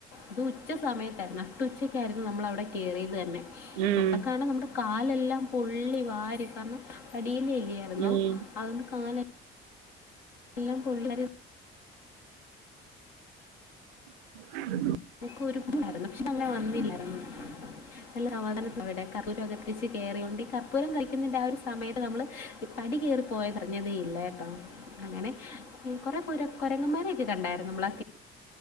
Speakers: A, on the left; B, on the right.
A: അത് ഉച്ച സമയത്തായിരുന്നു നട്ടു ഉച്ച ക്കെയിരുന്നു നമ്മള് അവിടെ കേറിയത് തന്നെ
B: ഉം
A: അപ്പക്കാണാ നമ്മുടെ കാലെല്ലാം പൊള്ളി വാരി കാരണം അടില് ല്ല്യായിര്ന്നോ
B: ഉം ഉം ഉം ആഹ് ഉം
A: അതുകൊണ്ട് കാലെ എല്ലാം പൊള്ള
B: ഉ <unintelligible>
A: <unintelligible> പക്ഷെ അങ്ങനെ വന്നില്ലായിരുന്നു നല്ല സമാധാന ഇവിടെ കർപ്പൂരൊക്കെ കതിച്ച് കേറിയൊണ്ട് കർപ്പൂരം കഴിക്കുന്നതിന്റെ ആഹ് ഒരു സമയത്ത് നമ്മള് പടി കേറി പ്പോയതറിഞ്ഞതേ ഇല്ല ട്ടൊ അങ്ങനെ ഈ കൊറെ കുരങ്ങ കോരങ്ങന്മാരൊക്കെ കണ്ടായിരുന്നു നമ്മള്